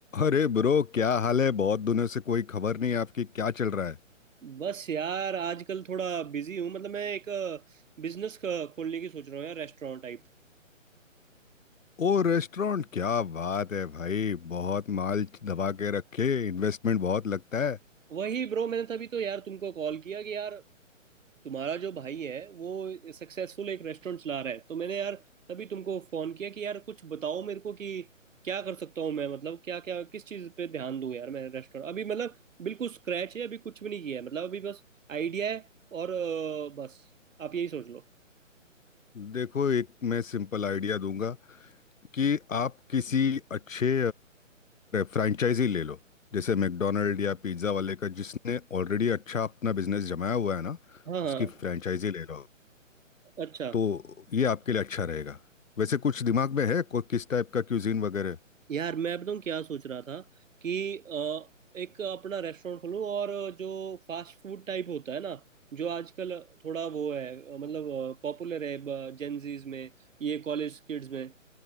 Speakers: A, on the left; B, on the right.
A: अरे ब्रो क्या हाल है बहुत दिनों से कोई खबर नहीं आपकी क्या चल रहा है
B: बस यार आजकल थोड़ा बिजी हूँ मतलब मैं एक बिजनेस खोलने की सोच रहा हूँ यार रेस्टोरेंट टाइप
A: ओ रेस्टोरेंट क्या बात है भाई बहुत माल दबा के रखे इन्वेस्टमेंट बहुत लगता है
B: वही ब्रो मैंने तभी तो यार तुमको कॉल किया कि यार तुम्हारा जो भाई है वो सक्सेसफुल एक रेस्टोरेंट चला रहा है तो मैंने यार तभी तुमको फोन किया कि यार कुछ बताओ मेरे को कि क्या कर सकता हूँ मैं मतलब क्या क्या किस चीज़ पे ध्यान दूँ यार मैं रेस्टोरेंट अभी मतलब बिल्कुल स्क्रैच है अभी कुछ भी नहीं किया है मतलब अभी बस आइडिया है और अ, बस आप यही सोच लो
A: देखो एक मैं सिंपल आइडिया दूंगा कि आप किसी अच्छे फ्रेंचाइजी ले लो जैसे मैकडोनल्ड या पिज्ज़ा वाले का जिसने ऑलरेडी अच्छा अपना बिजनेस जमाया हुआ है ना
B: हाँ हाँ
A: उसकी फ्रेंचाइजी ले लो
B: अच्छा
A: तो ये आपके लिए अच्छा रहेगा वैसे कुछ दिमाग में है को- किस टाइप का क्यूजीन वगैरह
B: यार मैं बताऊँ क्या सोच रहा था कि अ, एक अपना रेस्टोरेंट खोलूँ और जो फास्ट फूड टाइप होता है ना जो आजकल थोड़ा वो है अ, मतलब पॉपुलर है जेंजीज में ये कॉलेज किड्स में